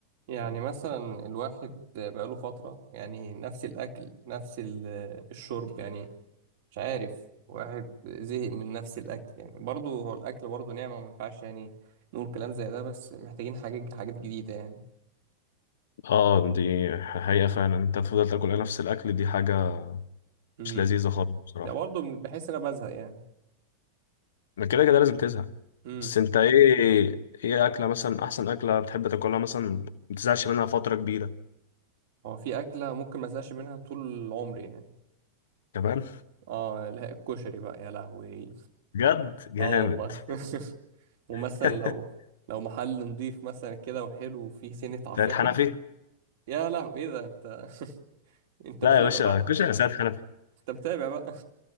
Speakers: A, on the right (about 55°); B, on the left (about 60°).
A: يعني مثلا الواحد بقاله فترة يعني نفس الأكل نفس ال- الشرب يعني مش عارف واحد زهق من نفس الأكل يعني برضه هو الأكل برضه نعمة ما ينفعش يعني نقول كلام زي ده بس محتاجين حاجات حاجات جديدة يعني
B: اه دي حقيقة فعلا انت تفضل تاكل نفس الاكل دي حاجة
A: امم
B: مش لذيذة خالص بصراحة
A: ده برضه بحس إن أنا بزهق يعني
B: من كده كده لازم تزهق
A: امم
B: بس انت ايه ايه اكلة مثلا احسن اكلة بتحب تاكلها مثلا ما تزهقش منها فترة كبيرة
A: هو في أكلة ممكن ما أزهقش منها طول عمري يعني
B: كمان
A: اه لا الكشري بقى يا لهوي
B: بجد جامد
A: اه والله <laughs> ومثلا
B: <laughs>
A: لو لو محل نضيف مثلا كده وحلو وفيه سنة عفانة
B: سيد حنفي
A: يا لهوي ايه ده انت <laughs> انت
B: لا
A: متابع
B: يا باشا
A: بقى
B: كشري يا سيد حنفي
A: انت متابع بقى